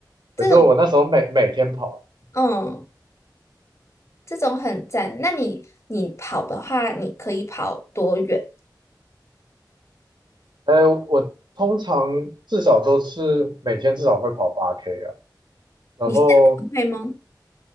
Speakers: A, on the left; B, on the right.
A: 这种
B: 可是我那时候每每天跑，
A: 嗯，这种很赞。那你你跑的话，你可以跑多远？
B: 呃，我通常至少都是每天至少会跑八 K 啊。然后
A: 你现在会吗？